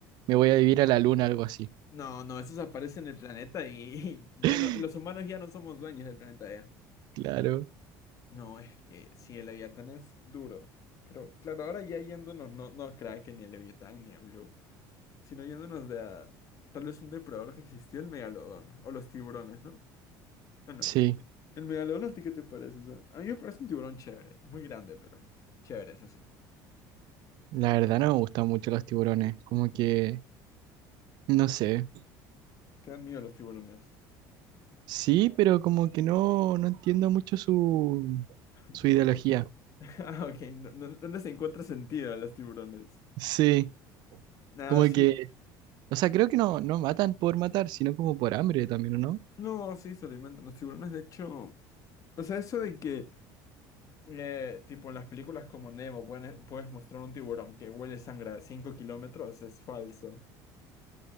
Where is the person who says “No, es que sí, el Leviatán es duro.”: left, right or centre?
Left